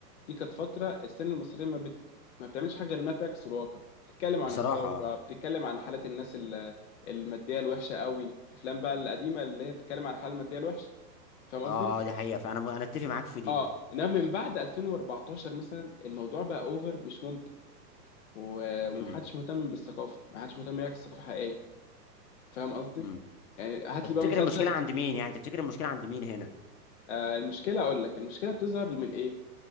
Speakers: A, on the left; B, on the left.
A: دي كانت فتره السينما المصريه ما, بت... ما بتعملش حاجه غير انها بتعكس الواقع بتتكلم
B: بصراحة
A: عن الثوره
B: اه
A: بتتكلم عن حاله الناس ال- الماديه الوحشه قوي افلام بقى القديمه اللي هي بتتكلم عن الحاله الماديه الوحشه فاهم قصدي
B: اه آه، دي حقيقة فأنا م... أنا أتفق معاك في دي
A: اه انما من بعد 2014 مثلا الموضوع بقى اوفر مش ممكن و- ومحدش
B: امم
A: مهتم بالثقافه محدش مهتم يعكس ثقافه حقيقيه فاهم قصدي
B: امم
A: يعني هات
B: طب
A: لي
B: تفتكر
A: بقى مسلسل
B: المشكلة عند مين يعني تفتكر المشكلة عند مين هنا
A: آه المشكله اقول لك المشكله بتظهر من ايه